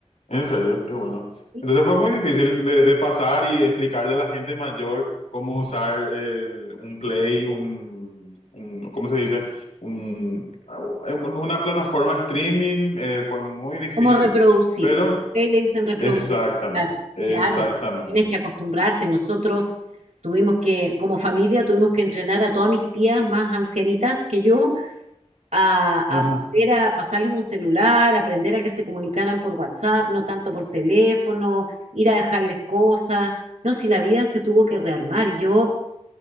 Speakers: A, on the left; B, on the right.
A: en serio, qué bueno.
B: ¿Sí?
A: Entonces fue muy difícil de, de pasar y explicarle a la gente mayor cómo usar el- un Play, un, un- ¿cómo se dice? Un- una plataforma streaming. eh, fue muy difícil,
B: ¿Cómo reproducir?
A: pero
B: Ustedes le dicen reproducir.
A: exactamente,
B: Claro, claro.
A: exactamente.
B: Tienes que acostumbrarte. Nosotros tuvimos que, como familia, tuvimos que entrenar a todas mis tías más ancianitas que yo a,
A: Ajá,
B: a aprender a pasarles un celular, aprender a que se comunicaran por WhatsApp, no tanto por teléfono, ir a dejarles cosas. No, si la vida se tuvo que rearmar. Yo